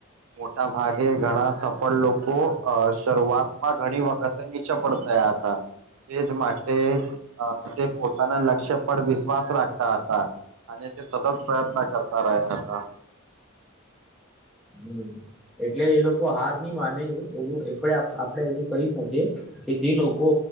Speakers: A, on the right (about 85°); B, in the centre.
A: મોટા ભાગે ઘણા સફ પણ લોકો અ શરૂઆતમાં ઘણી વખતે નિષ્ફળ થયા હતા. તેજ માટે તે પોતાના લક્ષ્ય પર વિશ્વાસ રાખતા હતા. અને તે સતત પ્રયત્ન કરતા રહ્યા હતા.
B: હમ્મ એટલે એ લોકો હાર નહીં માને એવું આપડે એવું કહી શકીએ તેથી લોકો